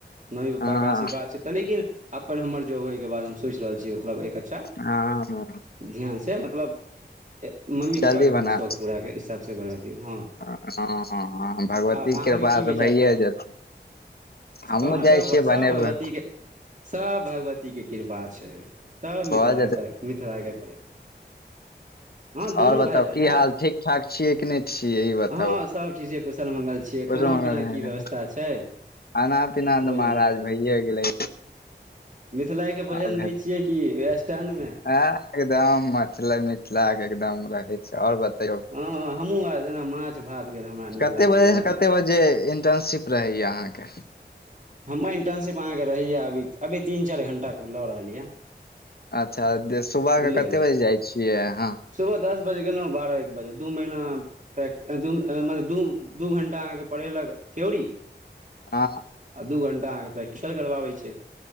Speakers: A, on the right (about 40°); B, on the left (about 60°).
A: मम्मी पापा
B: हँ
A: के आशीर्वाद छै तऽ लेकिन अपन हमर जो हो ओहि के बाद हम सोचि रहल छी मतलब एक अच्छा
B: हँ
A: ध्यानसँ मतलब मम्मी
B: जल्दी
A: पप्पाके
B: बना
A: कनि शौक पूराे हिसाबसँ बना दियौ हँ
B: हँ हँ हँ भगवती
A: आओर अहाँके
B: कृपा
A: की
B: से
A: विचार
B: भैए
A: यए
B: जेतै हमहु
A: हँ
B: जाइ
A: सभ
B: छियै
A: सभ
B: बनेबै
A: भगवतीके सभ भगवती भगवती के कृपा छै सब
B: भऽ
A: मिथिला सर मिथिलाके परि हँ दुनू
B: आओर बताउ
A: भाय बहिन
B: की
A: आयब
B: हाल ठीक ठाक छियै कि नहि छियै ई बता
A: हँ सब ठिजे कुशल मंगल ‌छियै खाना
B: मंगल
A: पीना
B: है
A: की व्यवस्था छै
B: खाना पीना
A: भोजन
B: तऽ महाराज भइए गेलै
A: मिथिलाके भोजन
B: आब
A: दै
B: हेत
A: छियै कि स्टैंडमे
B: हँ एकदम मतलब मिथिलाक एकदम रहै छै आओर बताउ तो
A: हँ हमहूँ आर जेना माछ भात भेल हमरा नीक
B: कते
A: लागैए
B: बजे से कते बजे इटर्नशीप रहैये अहाँके
A: हमर इन्टर्नशिप अहाँके रहैए अभी अभी तीन चारि घण्टा के लऽ रहल यए
B: अच्छा दे सुबह
A: बुझलियै
B: के कतेक बजे जाइ छियै अहाँ
A: सुबह दस बजे गेलौं बारह एक बजे दु महीना प्रेक एं दु एं मतलब दु दु घंटा अहाँके पढ़ेलक थ्योरी
B: हँ
A: आ दू घण्टा अहाँ के प्रैक्टिकल करबाबै छै